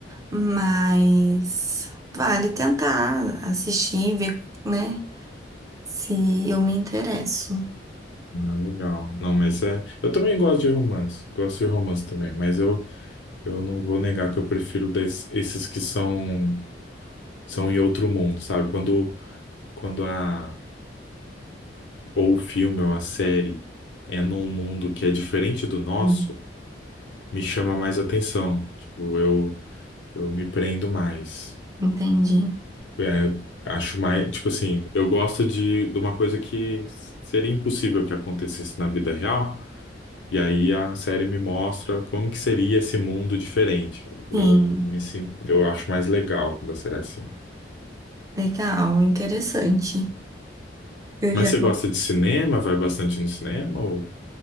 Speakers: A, on the right; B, on the left.
A: Mas vale tentar assistir, ver, né? Se eu me interesso.
B: legal. Não, mas é. Eu também gosto de romance. Gosto de romance também, mas eu, eu não vou negar que eu prefiro des- esses que são, são em outro mundo, sabe? Quando, quando a, ou o filme ou a série é num mundo que é diferente do nosso,
A: Sim.
B: me chama mais atenção. Tipo, eu. Eu me prendo mais.
A: Entendi.
B: É, acho mais, tipo assim, eu gosto de, de uma coisa que seria impossível que acontecesse na vida real, e aí a série me mostra como que seria esse mundo diferente. Eu
A: Sim,
B: me sinto, eu acho mais legal quando a série é assim.
A: legal, interessante. Eu
B: Mas
A: já
B: você gosta de cinema? Vai bastante no cinema ou?